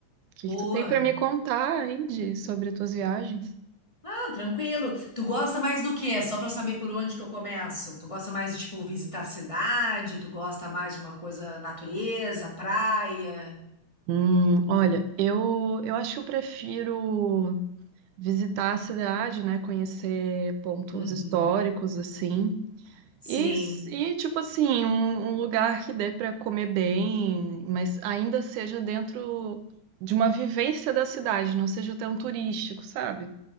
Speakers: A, on the right; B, on the left.
A: que
B: Boa.
A: que tu tem para me contar aí de, sobre as tuas viagens?
B: Ah, tranquilo. Tu gosta mais do quê? Só pra eu saber por onde que eu começo. Tu gosta mais de, tipo, visitar a cidade? Tu gosta mais de uma coisa natureza, praia?
A: Hum, olha, eu, eu acho que eu prefiro visitar a cidade, né? Conhecer pontos
B: Uhum.
A: históricos, assim.
B: Sim,
A: E, s- e tipo assim, um, um lugar que dê para comer bem, mas ainda seja dentro de uma vivência da cidade, não seja tão turístico, sabe?